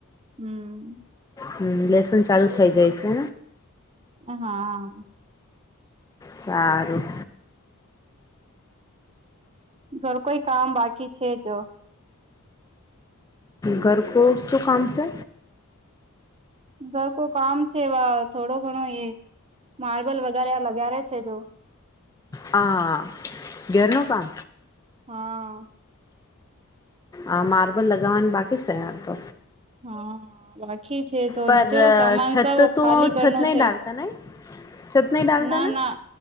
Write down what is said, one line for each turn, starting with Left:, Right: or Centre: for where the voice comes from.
Right: હમ.
Left: હમ લેસન ચાલુ થઇ જાય છે
Right: હ હા
Left: સારું
Right: ઘર કોઈ કામ બાકી છે જો
Left: ઘરકો શું કામ છે
Right: સર કો કામ છે વા થોડો ઘણો એ માર્બલ વગેરે આ લગારેે છે તો
Left: હા ઘેરનું પા
Right: હા.
Left: આ માર્બલ લગાવવાની બાકી એમ તો
Right: હા બાકી છે તો
Left: પર
Right: નીચેરો સામાન
Left: છત
Right: સૌ
Left: તો
Right: ખાલી કરનો
Left: નહીં
Right: છે
Left: ડાલતા છત નહી ડાલતાના
Right: ના ના